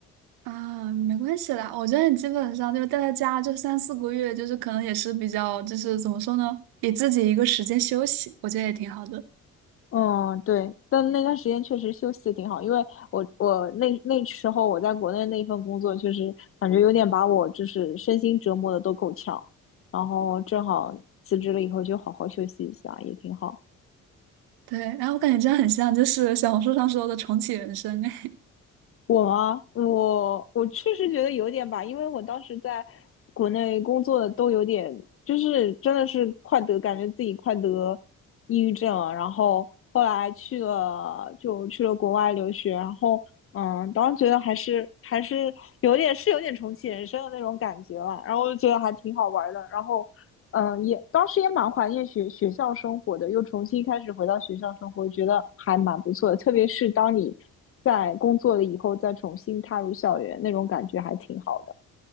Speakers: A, on the right (about 60°); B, on the left (about 35°).
A: 啊，没关系啦，我觉得你基本上就是待在家就三四个月，就是可能也是比较，就是怎么说呢，给自己一个时间休息，我觉得也挺好的。
B: 嗯，对，但那段时间确实休息的挺好，因为我我那那时候我在国内那份工作，确实感觉有点把我就是身心折磨的都够呛，然后正好辞职了以后就好好休息一下，也挺好。
A: 对，然后我感觉这样很像就是小红书上说的重启人生，哎。
B: 我吗？我我确实觉得有点吧，因为我当时在国内工作的都有点，就是真的是快得，感觉自己快得抑郁症了。然后后来去了，就去了国外留学，然后嗯，当时觉得还是还是有点是有点重启人生的那种感觉吧。然后就觉得还挺好玩的。然后嗯，呃也当时也蛮怀念学学校生活的，又重新开始回到学校生活，觉得还蛮不错的。特别是当你在工作了以后，再重新踏入校园，那种感觉还挺好的。